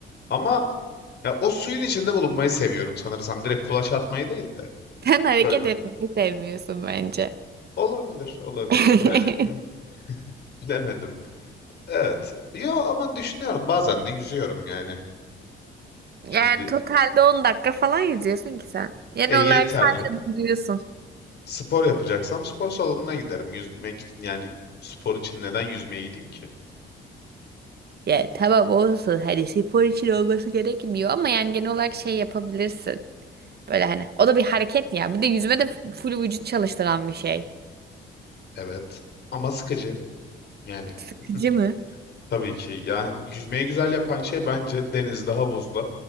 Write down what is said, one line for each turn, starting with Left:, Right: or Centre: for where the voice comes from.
Left: ama ya o suyun içinde bulunmayı seviyorum sanırsam. Direkt kulaç atmayı değil de
Right: Sen hareket
Left: böyle.
Right: etmeyi sevmiyorsun bence.
Left: Olabilir, olabilir
Right: <laughs>
Left: yani m- bilemedim. Evet. Yo ama düşünüyorum bazen de yüzüyorum yani.
Right: Yani
Left: Şimdi
Right: totalde 10 dakika falan yüzüyorsun ki sen. Genel
Left: e, yeterli.
Right: olarak sadece duruyorsun.
Left: Spor yapacaksam spor salonuna giderim. Yüzmek için yani spor için neden yüzmeye gideyim ki?
Right: Ya tamam olsun hani spor için olması gerekmiyor ama yani genel olarak şey yapabilirsin. Böyle hani o da bir hareket ya. Bir de yüzme de full vücut çalıştıran bir şey.
Left: Evet ama sıkıcı yani.
Right: Sıkıcı
Left: <laughs>
Right: mı?
Left: Tabii ki. Yani yüzmeyi güzel yapan şey bence denizde, havuzda.